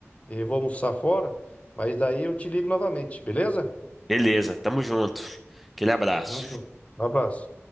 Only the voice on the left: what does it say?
eu vou almoçar fora, mas daí eu te ligo novamente, beleza?
Vamos junto. Um abraço.